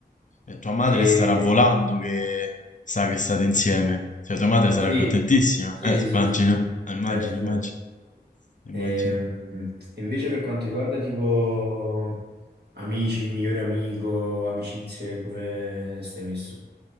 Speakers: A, on the left (about 50°); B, on the right (about 75°).
A: E tua madre
B: E,
A: starà volando che sa che state insieme. Cioè, tua madre sarà
B: sì,
A: contentissima.
B: sì,
A: Eh,
B: sì, sì,
A: immagino,
B: sì, sì,
A: eh, immagino,
B: certo, certo.
A: immagino, immagino.
B: Ehm, E, invece per quanto riguarda tipo amici, migliore amico, amicizie, come stai messo?